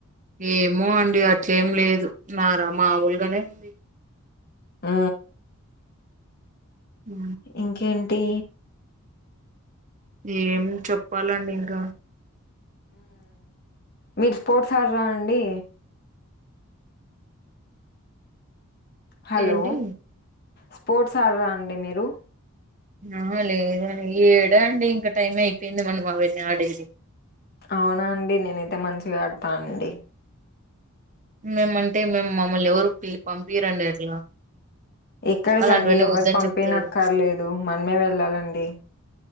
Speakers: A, on the right; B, on the left.
A: ఏమో అండి అట్లేం లేదు నారా మామూలుగానే ఉంది
B: ఉ
A: ఉ
B: ఇంకేంటి
A: ఏం చెప్పాలండి ఇంకా
B: మీరు స్పోర్ట్ ఆడరా అండి హలో
A: ఏంటి
B: స్పోర్ట్స్ ఆడరా అండి మీరు
A: ఆ లేదండి ఏడా అండి ఇంకా టైం అయిపోయింది మనం అవన్నీ ఆడేది
B: అవునా అండి నేనైతే మంచిగా ఆడతానండి
A: మేము అంటే మేము మమ్మల్ని ఎవరి పిళ్ పంపిరండి అట్లా
B: ఎక్కడికండి
A: అలాంటివన్నీ
B: ఎవరు
A: వద్దని
B: పంపియనక్కర్లేదు
A: చెప్తారు
B: మనమే వెళ్ళాలండి